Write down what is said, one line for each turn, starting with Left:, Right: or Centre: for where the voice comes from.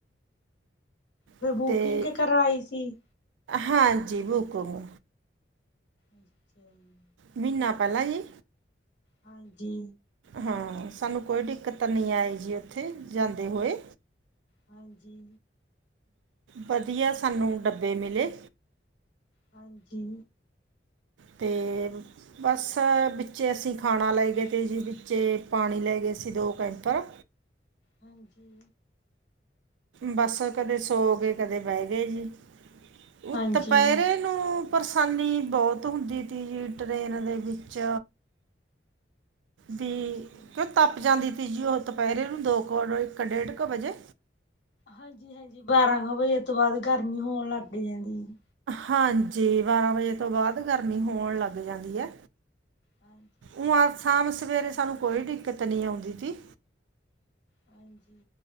Left: ਨਹੀਂ
Right: ਅਤੇ
Left: ਬੁਕਿੰਗ ਕਰਾਈ ਸੀ।
Right: ਹਾਂਜੀ ਬੁਕਮ
Left: ਅੱਛਾ ਜੀ
Right: ਮਹੀਨਾ ਪਹਿਲਾਂ ਜੀ
Left: ਹਾਂਜੀ
Right: ਹਾਂ ਸਾਨੂੰ ਕੋਈ ਦਿੱਕਤ ਨਹੀਂ ਆਈ ਜੀ ਉੱਥੇ ਜਾਂਦੇ ਹੋਏ
Left: ਹਾਂਜੀ।
Right: ਵਧੀਆ, ਸਾਨੂੰ ਡੰਬੇ ਮਿਲ਼ੇ।
Left: ਹਾਂਜੀ।
Right: ਤੇ <unintelligible> ਬੱਸ ਵਿੱਚੇ ਅਸੀਂ ਖਾਣਾ ਲੈ ਗਏ, ਤੇ ਜੀ ਵਿੱਚੇ ਅਸੀਂ ਪਾਣੀ ਲੈ ਗਏ ਸੀ, ਦੋ ਕੈਂਪਰ
Left: ਹਾਂਜੀ।
Right: ਬੱਸ ਕਦੇ ਸੋ ਗਏ, ਕਦੇ ਬਹਿ ਗਏ ਜੀ, ਉਹ
Left: ਹਾਂਜੀ।
Right: ਤਪਹਿਰੇ। ਮੈਨੂੰ ਪਰੇਸ਼ਾਨੀ ਬਹੁਤ ਹੁੰਦੀ ਤੀ ਜੀ, ਟ੍ਰਰੇਨ ਦੇ ਵਿੱਚ। ਦੀ
Left: ਹਾਂਜੀ।
Right: ਕਿਉਂ ਤੱਪ ਜਾਂਦੀ ਤੀ ਜੀ, ਉਹ ਦੁਪਹਿਰੇ ਨੂੰ ਦੋ ਕੁੋ ਇੱਕ ਡੇਢ ਕੁ ਵਜੇ।
Left: ਹਾਂਜੀ, ਹਾਂਜੀ ਬਾਰਾਂ ਕੁ ਵਜੇ ਤੋਂ ਬਾਅਦ, ਗਰਮੀ ਹੋਣ ਲੱਗ ਜਾਂਦੀ ਆ ਜੀ।
Right: ਹਾਂਜੀ, ਬਾਰਾਂ ਵਜੇ ਤੋਂ ਬਾਅਦ, ਗਰਮੀ ਹੋਣ ਲੱਗ ਜਾਂਦੀ ਐ।
Left: ਹਾਂਜੀ। <inaudible>
Right: ਉ ਆ ਸ਼ਾਮ, ਸਵੇਰੇ ਸਾਨੂੰ ਕੋਈ ਦਿੱਕਤ ਨੀ ਆਉਂਦੀ ਤੀ।
Left: ਹਾਂਜੀ।